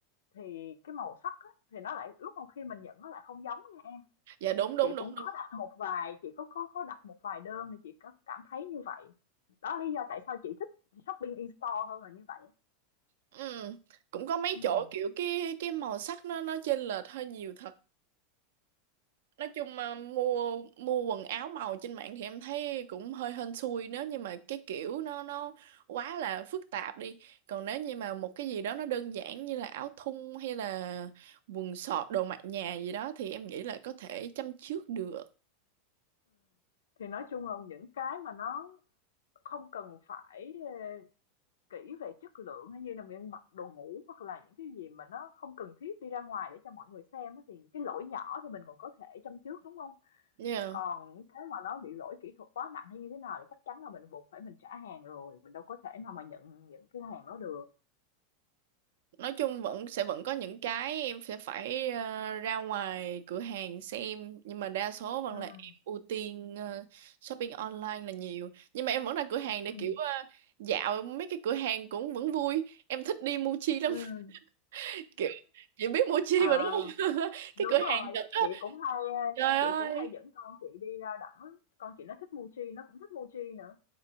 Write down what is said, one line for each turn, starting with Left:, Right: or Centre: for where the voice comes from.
Left: thì cái màu sắc á, thì nó lại ước không khi mình nhận nó lại không giống nha em
Right: Dạ đúng đúng
Left: Chị
Right: đúng
Left: cũng có
Right: đúng.
Left: đặt một vài, chị có có có đặt một vài đơn thì chị có cảm thấy như vậy. Đó lý do tại sao chị thích shopping in store hơn là như vậy á.
Right: Ừ, cũng có mấy
Left: Ừm.
Right: chỗ kiểu cái cái màu sắc nó nó chênh lệch hơi nhiều thật. Nói chung mà mua mua quần áo màu trên mạng thì em thấy cũng hơi hên xui nếu như mà cái kiểu nó nó quá là phức tạp đi. Còn nếu như mà một cái gì đó nó đơn giản như là áo thun hay là quần sọt đồ mặc nhà gì đó thì em nghĩ là có thể chăm chước được.
Left: thì nói chung là những cái mà nó không cần phải, ơ, kỹ về chất lượng hay như là miếng mặc đồ ngủ hoặc là những cái gì mà nó không cần thiết đi ra ngoài để cho mọi người xem á, thì cái lỗi nhỏ thì mình còn có thể châm chước, đúng không
Right: nha
Left: Còn những cái mà nó bị lỗi kỹ thuật quá nặng hay như thế nào thì chắc chắn là mình buộc phải mình trả hàng rồi, mình đâu có thể nào mà nhận những cái hàng đó được.
Right: nói chung vẫn sẽ vẫn có những cái em sẽ phải ờ, ra ngoài cửa hàng xem nhưng mà đa số vẫn
Left: Ừm.
Right: là em ưu tiên ờ, shopping online là nhiều nhưng mà em vẫn ra cửa hàng để
Left: ừ
Right: kiểu ờ, dạo mấy cái cửa hàng cũng vẫn vui em thích đi Muji lắm
Left: ừ
Right: <laughs> kiểu chị biết Muji
Left: à,
Right: mà đúng không <laughs> cái
Left: đúng
Right: cửa
Left: rồi,
Right: hàng Nhật á
Left: chị cũng hay, ờ,
Right: trời
Left: chị
Right: ơi
Left: cũng hay dẫn con chị đi ra đảo á, con chị nó thích Mochi, nó cũng thích Mochi nữa.